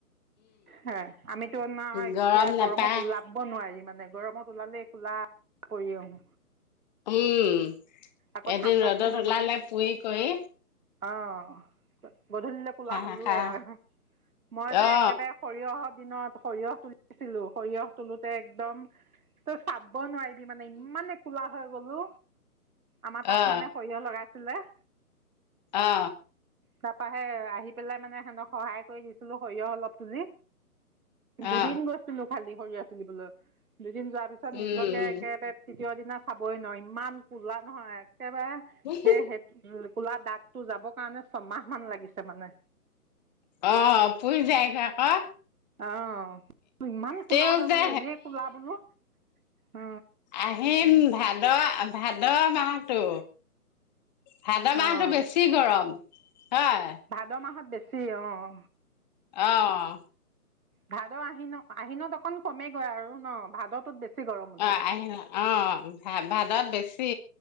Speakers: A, on the right (about 65°); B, on the left (about 30°).
A: হয়', আমিতো না
B: উম
A: এতিয়া
B: গৰম নাপায়
A: গৰমত ওলাব নোৱাৰি মানে নে গৰমত কলালে কোলা কৰি আহো।
B: উম
A: আকৌ
B: এদিন
A: ঠাণ্ডাতো
B: ৰ'দত
A: আমাৰ
B: ওলালে পুৰি কৰি
A: অহ ', গধূলিলৈ কোলা
B: হাঁহ
A: হলোৱে
B: খা
A: আৰু মই যে
B: অ
A: একেবাৰে সৰিয়হৰ দিনত সৰিয়হ তুলিছিলো সৰিয়হ তলোতে একদম চাব নোৱাৰি। মানে ইমানে কোলা হৈ গলো। আমাৰ তাত
B: অ
A: মানে সৰিয়হ লগাই ছিল আহ',
B: অ
A: তাৰপৰা সে আহি পেলাই মানে সিহনতক সহায় কৰি দিছিলো সৰিয়হ অলপ তুলি। দুদিন
B: অ
A: গৈছিলো খালি। সৰিয়া তুলিবলৈ দুদিন যোৱাত চব
B: উম
A: নিজকে একেবাৰে তীয় দিনা চাবই নোৱাৰোঁ ইমান কলা নহয় কেতিয়াবা
B: উম
A: সেইয়ে কোলা দাগতটো যাবৰ কাৰণে ছমাহ মান লাগিছে জাহ মানে
B: অ পুৰি যায়গৈ আকৌ
A: আহ ইমান কোলা
B: তেওঁ
A: হৈ
B: যে
A: গলো এনে কোলা বোলো অ
B: আহিম ভাদ ভাদ মাহতটো ভাদ
A: অঁ
B: মাহতটো বেছি গৰম হয়
A: ভাদ মাহত বেছি সেই অ অ
B: আহ
A: ভাদ আহিনক আহিনত অকণ কমেই আৰু ন ভাদটোত বেছি গৰম উঠে
B: অ আহিন অ ভা ভাদত বেছি